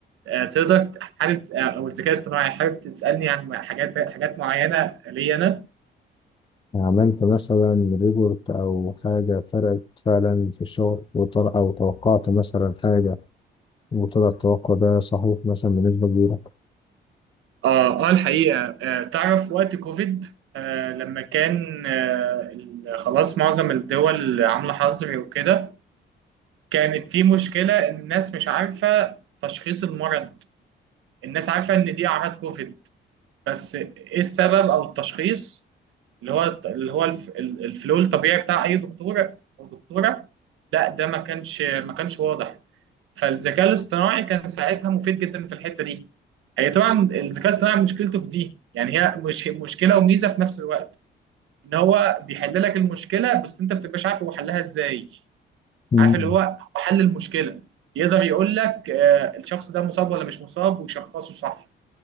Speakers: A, on the right (about 80°); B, on the left (about 25°).
A: تقدر حابب آه، او الذكاء الاصطناعي حابب تسالني عن حاجات حاجات معينه لي انا
B: عملت مثلا ريبورت أو حاجة فرقت فعلا في الشغل وطلع أو توقعت مثلا حاجة وطلع التوقع ده صحيح مثلا بنسبة كبيرة
A: اه اه الحقيقه آه، تعرف وقت كوفيد آه، لما كان آه، ال- خلاص معظم الدول عامله حظر وكده كانت في مشكله ان الناس مش عارفه تشخيص المرض الناس عارفه ان دي اعراض كوفيد بس ايه السبب او التشخيص اللي هو اللي هو الف- ال- الفلو الطبيعي بتاع اي دكتور او دكتوره لا ده ما كانش ما كانش واضح فالذكاء الاصطناعي كان ساعتها مفيد جدا في الحته دي هي طبعا الذكاء الاصطناعي مشكلته في دي يعني هي مش مشكله وميزه في نفس الوقت ان هو بيحل لك المشكله بس انت ما بتبقاش عارف هو حلها ازاي
B: مم.
A: عارف اللي هو هو حل المشكله يقدر يقول لك آه، الشخص ده مصاب ولا مش مصاب ويشخصه صح